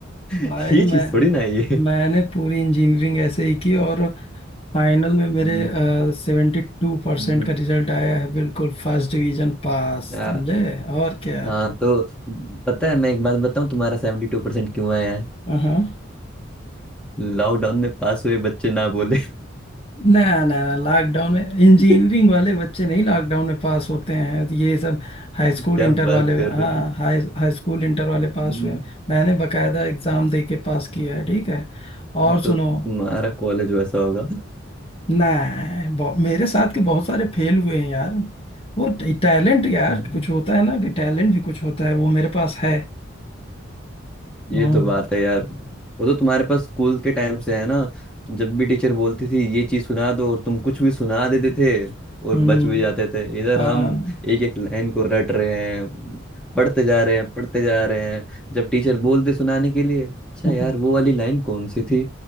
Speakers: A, on the left; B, in the centre.
A: भाई
B: <laughs> ये
A: मैं
B: चीज थोड़ी ना है ये
A: मैंने पूरी इंजीनियरिंग ऐसे ही की और फाइनल में मेरे
B: हम्म,
A: सेवेंटी टू परसेंट
B: हम्म,
A: का रिजल्ट आया है बिल्कुल फर्स्ट डिवीजन पास
B: आ,
A: समझे और क्या
B: हाँ तो पता है मैं एक बात बताऊं तुम्हारा सेवेंटी टू परसेंट क्यों आया
A: हाँ
B: लॉकडाउन में पास हुए बच्चे ना बोले
A: नया नया लॉकडाउन में इंजीनियरिंग
B: <laughs>
A: वाले बच्चे नहीं लॉकडाउन में पास होते हैं ये सब हाई स्कूल
B: क्या
A: इंटर
B: बात
A: वाले
B: कर
A: हाँ
B: रहे हो
A: हाई हाई स्कूल इंटर वाले पास
B: हम्म,
A: हुए हैं। मैंने बकायदा एग्जाम दे के पास किया है ठीक है और
B: तो
A: सुनो
B: तुम्हारा कॉलेज वैसा होगा
A: ना बहु- मेरे साथ के बहुत सारे फेल हुए हैं यार वो टैलेंट यार
B: हम्म,
A: कुछ होता है ना कि टैलेंट भी कुछ होता है वो मेरे पास है
B: ये
A: हम्म
B: तो बात है यार वो तो तुम्हारे पास स्कूल के टाइम से है ना जब भी टीचर बोलती थी ये चीज सुना दो और तुम कुछ भी सुना देते थे और
A: हम्म,
B: बच भी जाते थे इधर
A: हाँ
B: हम एक एक लाइन को रट रहे हैं पढ़ते जा रहे हैं पढ़ते जा रहे हैं जब टीचर बोलते सुनाने के लिए अच्छा
A: <laughs>
B: यार वो वाली लाइन कौन सी थी